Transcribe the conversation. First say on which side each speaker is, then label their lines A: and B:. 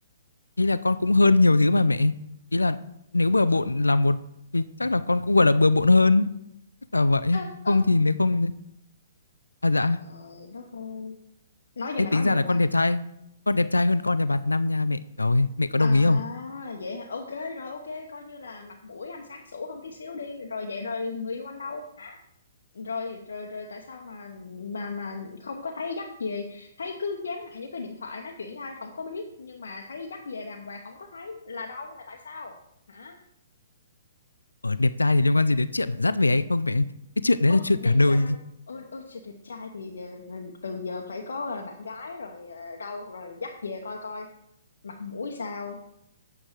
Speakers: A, on the left; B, on the left.
A: ý là con cũng hơn nhiều thứ mà mẹ. Ý là nếu bừa bộn là một thì chắc là con cũng, gọi là, bừa bộn hơn, chắc là vậy.
B: ơ ơ
A: Không thì nếu không à, dạ,
B: trời đất ơi nói gì
A: ê,
B: mà
A: tính
B: nói
A: ra
B: được
A: là con
B: hả
A: đẹp trai con đẹp trai hơn con nhà bà Năm nha mẹ. rồi mẹ có
B: À
A: đồng ý không?
B: vậy hả? ok rồi ok coi như là mặt mũi anh sáng sủa hơn tí xíu đi rồi vậy rồi người yêu anh đâu hả rồi rồi rồi tại sao mà mà mà không có thấy dắt về thấy cứ dán nặng vô cái điện thoại nói chuyện với ai không có biết nhưng mà thấy dắt về đàng hoàng không có thấy là đâu là tại sao hả
A: ở đẹp trai thì liên quan gì đến chuyện mà dắt về hay không mẹ? Cái chuyện đấy
B: ô
A: là chuyện
B: đẹp
A: cả đời.
B: trai ô ô trời, đẹp trai thì ờ, từ giờ phải có ờ, bạn gái rồi ờ, đâu rồi dắt về coi coi mặt mũi sao